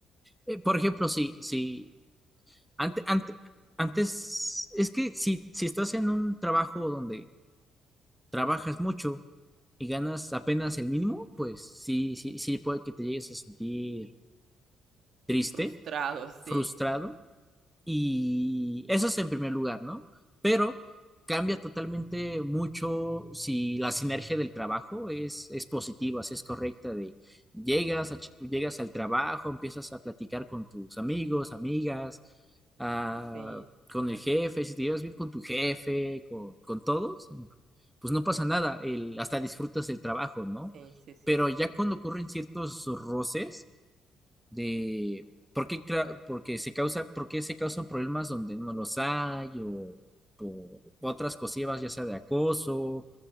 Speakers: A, in the centre; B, on the right.
A: Eh, por ejemplo, si, si ante, ante- antes, es que si, si estás en un trabajo donde trabajas mucho y ganas apenas el mínimo, pues sí, sí, sí puede que te llegues a sentir triste,
B: Frustrado, sí,
A: frustrado Y eso es en primer lugar, ¿no? Pero cambia totalmente mucho si la sinergia del trabajo es, es positiva, si es correcta, de llegas, a ch- llegas al trabajo, empiezas a platicar con tus amigos, amigas, ah,
B: sí,
A: con
B: la-
A: el jefe, si te llevas bien con tu jefe, con, con todos, pues no pasa nada, el, hasta disfrutas el trabajo, ¿no?
B: sí, sí,
A: Pero
B: sí.
A: ya cuando ocurren ciertos roces, de por qué, cra- porque se causa, por qué se causan problemas donde no los hay o por otras cosillas, ya sea de acoso